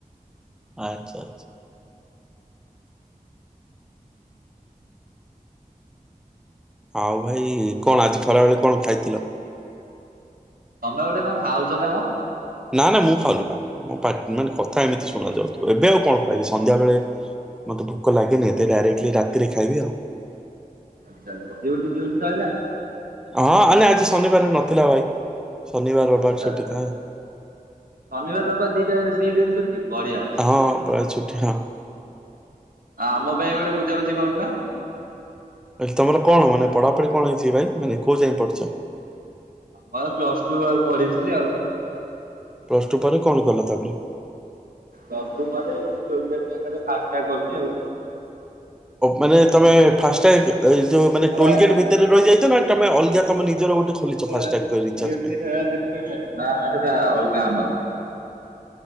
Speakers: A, in the centre; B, on the right.
A: ଆଚ୍ଛା ଆଛା। ଆଉ ଭାଇ କଣ ଆଜି ଖଲାବେଳେ କଣ ଖାଇଥିଲ।
B: ତମେ ଗୋଟେ କଣ ଖାଉଛ ନା କଣ।
A: ନା ନା ମୁଁ ଖାଉନୁ କ ମୋ ମାନେ କଥା ଏମିତି ଶୁଣ ଯାଉଥ ଏବେ ଆଉ କଣ ଖାଇବି ସନ୍ଧ୍ୟାବେଳେ ମତେ ଭୋକ ଲାଗେନି ଏତେ ଡାଇରେକ୍ଟଲି ରାତିରେ ଖାଇବି ଆଉ।
B: ଆଚ୍ଛା ଆଚ୍ଛା ଡିଉଟି ଡିଉଟି ସାଇଲାନି।
A: ହଁ ଆଲେ ଆଜି ଶନିବାର ନଥିଲା ଭାଇ ଶନିବାର ରବାରଟ
B: ଆଚ୍ଛା
A: ଛୁଟି ଥାଏ।
B: ଶନିବାର ରବିବାର ଦି ଦିନ ଛୁଟି ବଢିଆ।
A: ହଁ ପ୍ରାୟ ଛୁଟି ହଁ।
B: ଆ ଆମ ପାଇଁ ଗୋଟେ ବୁଝାବୁଝି କରୁନା।
A: ତମର କଣ ମାନେ ପଢାପଢି କଣ ହେଇଛିିବ ଭାଇ ମାନେ କୋଉ ଯାଇ ପଢିଛ।
B: ମୁର ପ୍ଲସଟୁ ପଢିଥିଲି ଆଉ।
A: ପ୍ଲସ ଟୁ ପରେ କଣ କଲ ତାପରେ?
B: ବାତୁ ପରେ ଟିକେଟ ନା ଫା କରୁଛି ଆଉ।
A: ମାନେ ତମେ ଫା ଯୋଉ ମେ
B: ଭଡା
A: ଟୋଲ ଗେଟ୍ ଭିତରେ ରହିଯାଇଛ ନା ତମେ ଅଲଗା ତମ ନିଜର
B: <unintelligible>
A: ଗୋଟେ ଖୋଲିଛ ଫାଷ୍ଟାଗ
B: ଲ ନା
A: ରିଚାର୍ଜ
B: ନା
A: ପାଇଁ?
B: ସେଟା ଅଲଗା ଆମର।